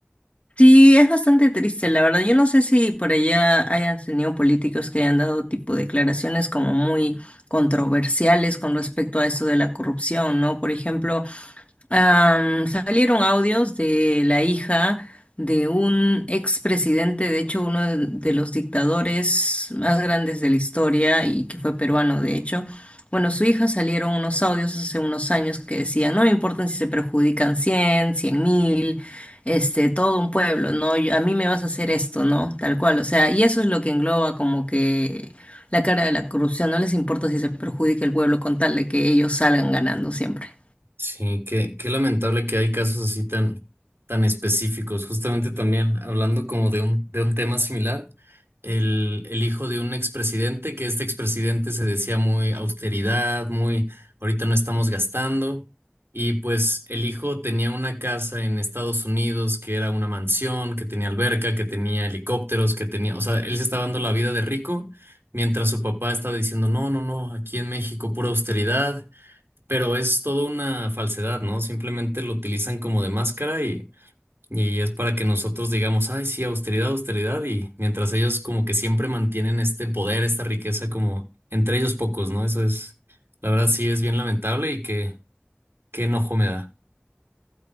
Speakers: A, on the left (about 35°); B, on the right (about 75°).
A: Sí, es bastante triste, la verdad. Yo no sé si por allá hayan tenido políticos que hayan dado tipo declaraciones como muy controversiales con respecto a esto de la corrupción, ¿no? Por ejemplo, Am, salieron audios de la hija de un expresidente, de hecho uno de, de los dictadores más grandes de la historia y que fue peruano, de hecho. Bueno, su hija salieron unos audios hace unos años que decían, no me importan si se perjudican cien cien mil, este, todo un pueblo, ¿no? Yo- a mí me vas a hacer esto, ¿no? Tal cual, o sea, y eso es lo que engloba como que la cara de la corrupción, no les importa si se perjudica el pueblo con tal de que ellos salgan ganando siempre.
B: Sí, qué, qué lamentable que hay casos así tan, tan específicos. Justamente también hablando como de un, de un tema similar, el, el hijo de un expresidente, que este expresidente se decía muy austeridad, muy ahorita no estamos gastando, y pues el hijo tenía una casa en Estados Unidos que era una mansión, que tenía alberca, que tenía helicópteros, que tenía, o sea, él se estaba dando la vida de rico, mientras su papá estaba diciendo, no, no, no, aquí en México pura austeridad. Pero es toda una falsedad, ¿no? Simplemente lo utilizan como de máscara y, y es para que nosotros digamos, ay, sí, austeridad, austeridad, y mientras ellos como que siempre mantienen este poder, esta riqueza como entre ellos pocos, ¿no? Eso es, la verdad sí es bien lamentable y que qué qué enojo me da.